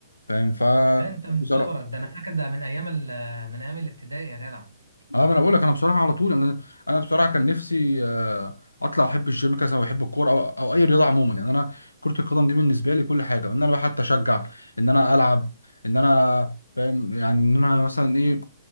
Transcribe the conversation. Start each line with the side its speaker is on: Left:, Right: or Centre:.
Left: فاهم ف
Right: ده انت من
Left: بصراحة
Right: صغرك ده انا فاكر ده من ايام ال- من ايام الابتدائي يا جدع
Left: اه ما انا بقول لك انا بصراحة على طول انا انا بصراحة كان نفسي آه، اطلع احب الجيم كذا وبحب الكورة او او اي رياضة عموما يعني انا كرة القدم دي بالنسبة لي كل حاجة ان انا بقى حتى اشجع ان انا العب ان انا فاهم يعني ان انا مثلا ايه